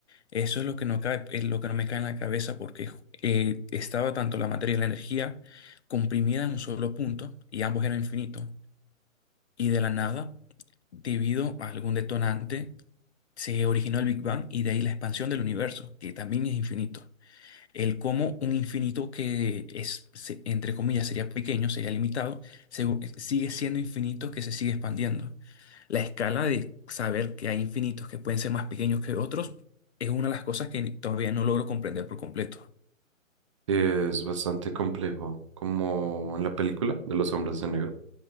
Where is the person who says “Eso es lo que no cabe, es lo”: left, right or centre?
Left